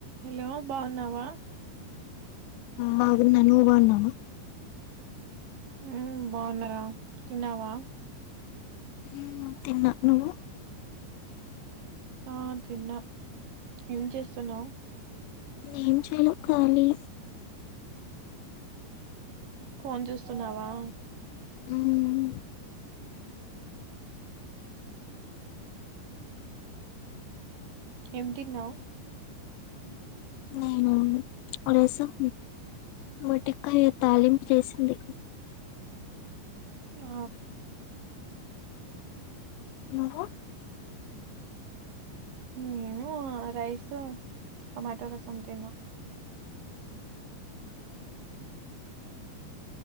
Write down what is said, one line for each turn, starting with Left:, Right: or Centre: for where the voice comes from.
Right: Hello బావున్నావా
Left: బాగున్నా నువ్ బావున్నవా
Right: ఉమ్ బావున్నరా తిన్నావా
Left: ఉమ్ తిన్నా నువ్వు
Right: ఆ తిన్నా ఏం చేస్తున్నవ్
Left: ఏం చేను కాలీ
Right: ఫోన్ జూస్తున్నావా
Left: ఉమ్
Right: ఏం తిన్నావ్
Left: నేనా రసం మట్టిక్కాయ తాలింప్ జేసింది
Right: ఆ
Left: నువ్వు
Right: నేనూ రైసు టమాటో రసం తిన్న అ